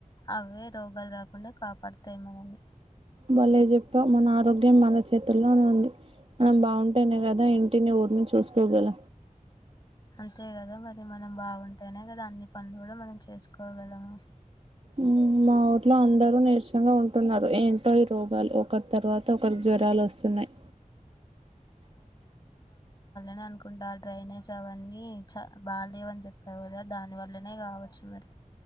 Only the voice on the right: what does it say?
బలే చెప్పవ్ మన ఆరోగ్యం మన చేతుల్లోనే ఉంది మనం బాగుంటేనే కదా ఇంటిని ఊరిని చూసుకోగల
ఉ మా ఊట్లో అందరూ నీరసంగా ఉంటున్నారు ఏంటో ఈ రోగాలు ఒకరి తర్వాత ఒకరు జ్వరాలు వస్తున్నాయి